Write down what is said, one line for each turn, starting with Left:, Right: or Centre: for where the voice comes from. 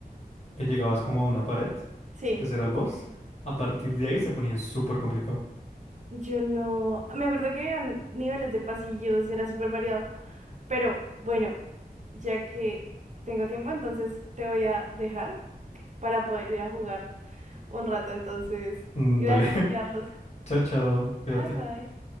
Left: que llegabas como a una pared,
Right: Sí,
Left: que será el boss. A partir de ahí se ponía súper complicado.
Right: Yo no, me acuerdo que había niveles de pasillos, era súper variado, pero bueno, ya que tengo tiempo, entonces te voy a dejar para poder ir a jugar un rato, entonces,
Left: Mm,
Right: gracias
Left: dale, <laughs>
Right: Carlos,
Left: chao, chao, fíjate.
Right: bye bye.